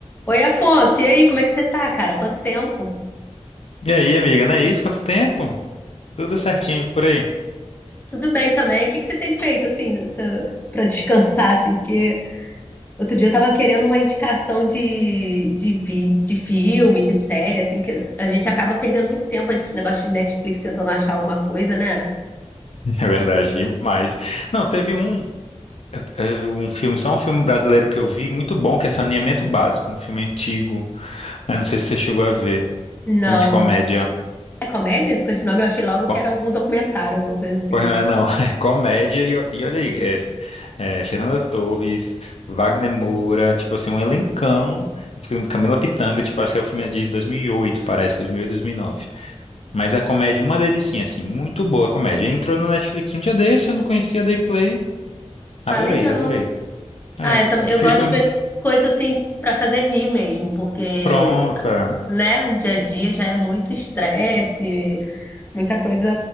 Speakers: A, on the left; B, on the left.
A: Oi, Afonso, e aí, como é que você tá, cara? Quanto tempo?
B: E aí, amiga, não é isso? Quanto tempo? Tudo certinho por aí.
A: Tudo bem também? O que que você tem feito, assim,
B: <laughs>
A: nessa- pra descansar, assim? Porque outro dia eu tava querendo uma indicação de, de, vi- de filme, de série, assim, que a gente acaba perdendo muito tempo esse negócio de Netflix tentando achar alguma coisa, né?
B: É verdade, demais. Não, teve um, eh, um filme, só um filme brasileiro que eu vi, muito bom, que é Saneamento Básico, um filme antigo, mas não sei se você chegou a ver.
A: Não.
B: Filme de comédia.
A: É comédia? Com esse nome eu achei logo
B: Co-
A: que era algum documentário, alguma coisa assim.
B: Pois não é, não. <laughs> É comédia. E, o- e olha aí, é, é, Fernanda Torres, Wagner Moura, tipo assim, um elencão. O filme Camila Pitanga, tipo, acho que é o filme é de 2008, parece, 2008, 2009. Mas a comédia, uma delicinha, assim, muito boa a comédia. Entrou no Netflix um dia desse, eu não conhecia, dei play. Adorei,
A: Ah, legal.
B: adorei.
A: Ah,
B: É.
A: eu também, eu
B: Aquele
A: gosto
B: filme.
A: de ver coisa, assim, pra fazer rir mesmo, porque,
B: Pronto. é.
A: né, dia a dia já é muito estresse, muita coisa